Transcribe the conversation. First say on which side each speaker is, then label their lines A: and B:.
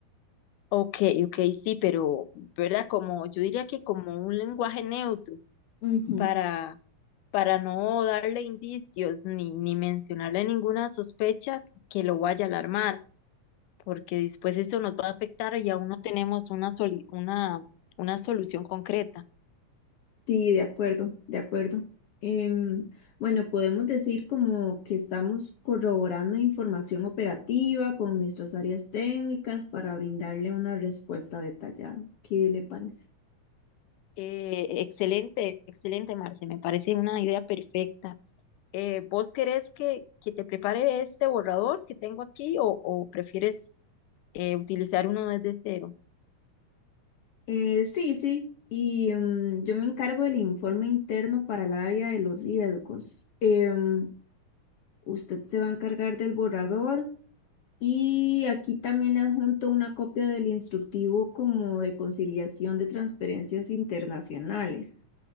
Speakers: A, on the left (about 80°); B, on the left (about 60°).
A: Ok, ok, sí, pero, ¿verdad? Como yo diría que como un lenguaje neutro
B: Ujú.
A: para, para no darle indicios ni, ni mencionarle ninguna sospecha que lo vaya a alarmar, porque después eso nos va a afectar y aún no tenemos una, soli- una, una solución concreta.
B: Sí, de acuerdo, de acuerdo. Em, bueno, podemos decir como que estamos corroborando información operativa con nuestras áreas técnicas para brindarle una respuesta detallada. ¿Qué le parece?
A: Eh, excelente, excelente, Marce, me parece una idea perfecta. Eh, ¿vos querés que, que te prepare este borrador que tengo aquí o, o prefieres eh, utilizar uno desde cero?
B: Eh, sí, sí. Y em, yo me encargo del informe interno para el área de los riesgos. Em, usted se va a encargar del borrador y aquí también le adjunto una copia del instructivo como de conciliación de transferencias internacionales.